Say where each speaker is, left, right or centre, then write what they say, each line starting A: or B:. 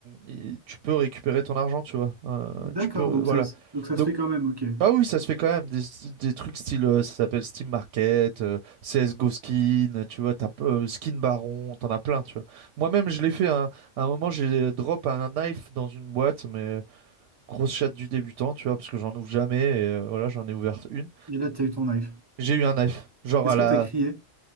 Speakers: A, on the right; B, on the right.
A: y- tu peux récupérer ton argent, tu vois. Euh,
B: D'accord,
A: tu peux,
B: donc
A: voilà.
B: ça, se- donc ça
A: Donc
B: se fait quand même, ok. Et
A: ah oui, ça se fait quand même des, des trucs style, euh, ça s'appelle Steam Market, euh, CSGO Skin, tu vois, t'as, euh, Skin Baron, t'en as plein, tu vois. Moi-même, je l'ai fait à un- à un, moment, j'ai drop un knife dans une boîte, mais grosse chatte du débutant, tu vois, parce que j'en ouvre jamais, et euh, voilà, j'en ai ouvert une.
B: là, t'as eu ton knife.
A: J'ai eu un knife, genre
B: Est-ce
A: à la...
B: que t'as crié?